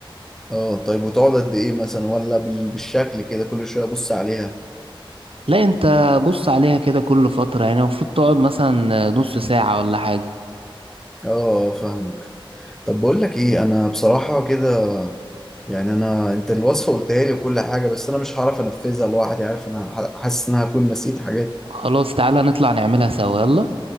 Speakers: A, in the centre; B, on the right.
A: اه طيب وتقعد قد ايه مثلا ولا بال- بالشكل كده كل شوية ابص عليها
B: لا أنت بص عليها كده كل فترة يعني المفروض تقعد مثلا نص ساعة ولا حاجة
A: اه آه، فاهمك طب بقول لك ايه انا بصراحة كده يعني انا انت الوصفه قلتها لي وكل حاجه بس انا مش هعرف انفذها لوحدي عارف انا ح- حاسس ان انا هكون نسيت حاجات
B: خلاص تعالى نطلع نعملها سوا يلا